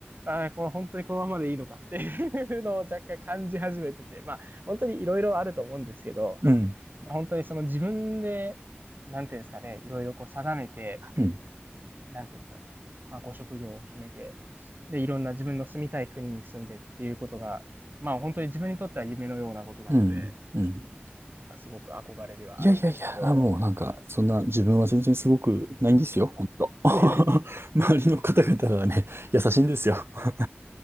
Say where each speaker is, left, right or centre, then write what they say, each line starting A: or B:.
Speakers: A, on the right; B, on the right.
A: う、ああ、これ本当にこのままでいいのかっていうのを若干感じ始めてて、まあ、本当にいろいろあると思うんですけど、
B: うん、
A: まあ、本当にその自分で、なんていうんですかね、いろいろこう定めて、
B: うん、
A: なんていうんですか、まあ、ご職業を決めて、で、いろんな自分の住みたい国に住んでっていうことが、まあ、本当に自分にとっては夢のようなことなので、
B: うん、うん。
A: なんかすごく憧れではあるんですけど、
B: いやいやいや、あ、もうなんか、そんな自分は全然すごくないんですよ、ほんと。<laughs>
A: <laughs>
B: 周りの方々がね、優しいんですよ。<laughs>